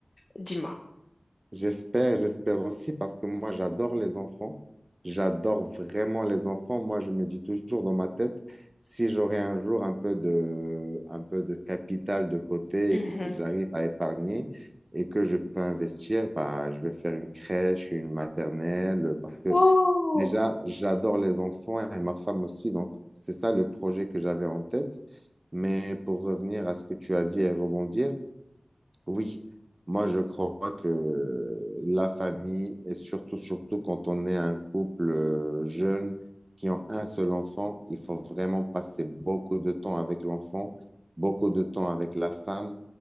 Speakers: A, on the left; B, on the right.
A: dis-moi.
B: J'espère, j'espère aussi parce que moi, j'adore les enfants. J'adore vraiment les enfants. Moi, je me dis toujours dans ma tête, si j'aurais un jour un peu de, un peu de capital de côté
A: Mhm.
B: et que si j'arrive à épargner et que je peux investir, bah, je vais faire une crèche, une maternelle parce que
A: Oh,
B: déjà, j'adore les enfants et ma femme aussi. Donc, c'est ça le projet que j'avais en tête. Mais pour revenir à ce que tu as dit et rebondir, oui, moi je crois que la famille, et surtout, surtout quand on est un couple euh, jeune qui ont un seul enfant, il faut vraiment passer beaucoup de temps avec l'enfant, beaucoup de temps avec la femme,